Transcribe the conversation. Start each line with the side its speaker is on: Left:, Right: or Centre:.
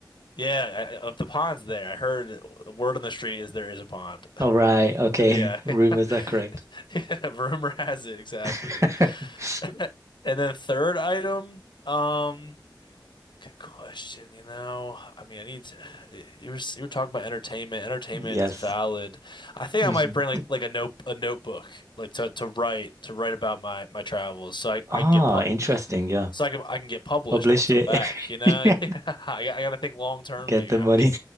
Left: yeah, I, I- of the ponds there, I heard the word on the street is there is a pond. <laughs>
Right: All right. Okay.
Left: Yeah,
Right: <laughs> Rumors
Left: <laughs>
Right: are correct.
Left: yeah. Rumor has it exactly.
Right: <laughs>
Left: Uh, And then third item, um, good question, you know. I mean, I need to, you were you were talking about entertainment. Entertainment
Right: Yes.
Left: is valid. I think
Right: Mhm.
Left: I might bring like like a note a notebook like to to write to write about my my travels so I
Right: Ah,
Left: I can get pu
Right: interesting. Yeah.
Left: so I can I can get published
Right: Publish
Left: once
Right: it.
Left: I'm back, you know?
Right: <laughs> Yeah.
Left: <laughs> Yeah. I got, I got to think long term
Right: Get
Left: here.
Right: the money.
Left: I'm get